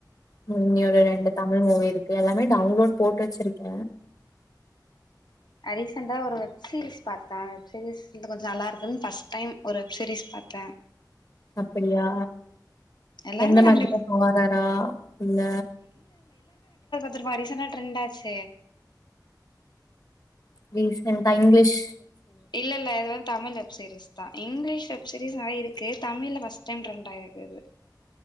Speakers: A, on the left (about 50°); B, on the left (about 75°).
A: ம் இன்னி ஒரு ரெண்டு தமிழ் மூவி இருக்கு எல்லாமே டவுன்லோட் போட்டு வச்சிருக்க
B: ரீசன்டா ஒரு வெப்சீரிஸ் பாத்த வெப்சீரிஸ் இன்னு கொஞ்சோ நல்லா இருக்குன் பஸ்ட் டைம் ஒரு வெப்சீரிஸ் பாத்த
A: அப்படியா
B: எல்லாருமே
A: எந்த மாதிரியா
B: கண்டிப்
A: ஹாரரா இல்ல
B: பதிருகோம் ரீசன்டா டரெண்ட் ஆச்சே
A: ரீசென்டா இங்லிஷ்
B: இல்ல இல்ல இது வந்து தமிழ் வெப்சீரிஸ் தா இங்லீஷ் வெப் சீரிஸ் நெறைய இருக்கு தமிழ்ல பஸ்ட் டைம் ட்ரெண்ட் ஆய்ருக்கு இது